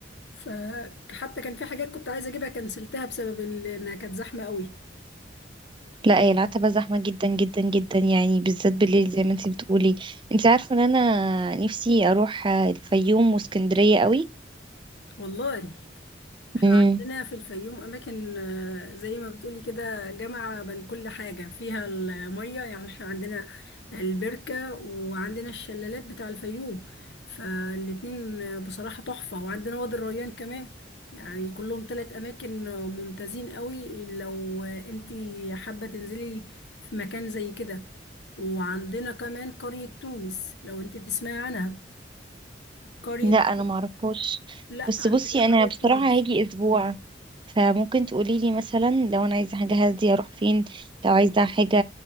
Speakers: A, on the left; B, on the right.
A: فحتى كان في حاجات كنت عايزة أجيبها كنسلتها بسبب ال- إنها كانت زحمة قوي
B: لا هي العتبة زحمة جدا جدا جدا يعني بالذات بالليل زي ما انتي بتقولي انتي عارفة إن أنا نفسي أروح آه، الفيوم واسكندرية
A: والله احنا
B: قوي
A: عندنا في الفيوم اماكن آه، زي ما بتقولي كده جامعة بين كل حاجة فيها المية يعني احنا عندنا البركة وعندنا الشلالات بتاع الفيوم فالاتنين آه، بصراحة تحفة وعندنا وادي الريان كمان يعني كلهم تلات اماكن آه، ممتازين قوي لو آه، انتي حابة تنزلي في مكان زي كده وعندنا كمان قرية تونس لو انتي تسمعي عنها قرية
B: لا انا معرفهاش
A: لا
B: بس
A: عندنا
B: بصي انا
A: قرية
B: بصراحة
A: تونس
B: هاجي اسبوع فممكن تقولي لي مثلا لو انا عايزة حاجة هادية اروح فين لو عايزة حاجة